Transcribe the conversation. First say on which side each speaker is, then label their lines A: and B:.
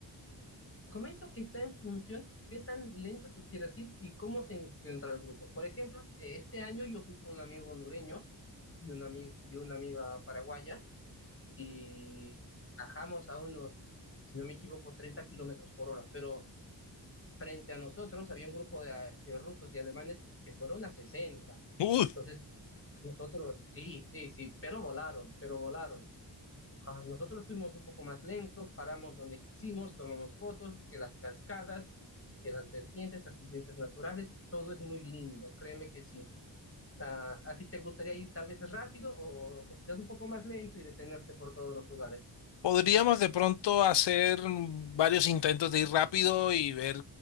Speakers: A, on the left (about 30°); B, on the left (about 70°).
A: Comento que está en función qué tan lento tú quieras ir y cómo se encuentra el grupo. Por ejemplo, eh, este año yo fui con un amigo hondureño y una, ami- y una amiga paraguaya y bajamos a unos, si no me equivoco, 30 kilómetros por hora, pero frente a nosotros había un grupo de, de rusos y alemanes que fueron a sesenta
B: Uy,
A: Entonces, nosotros, sí, sí, sí, pero volaron, pero volaron. Ajá, Nosotros fuimos un poco más lentos, paramos donde quisimos, tomamos fotos, que las cascadas, que las vertientes, accidentes naturales, todo es muy lindo, créeme que sí. ¿A, a ti te gustaría ir tal vez rápido o, o quizás un poco más lento y detenerte por todos los lugares?
B: Podríamos de pronto hacer varios intentos de ir rápido y ver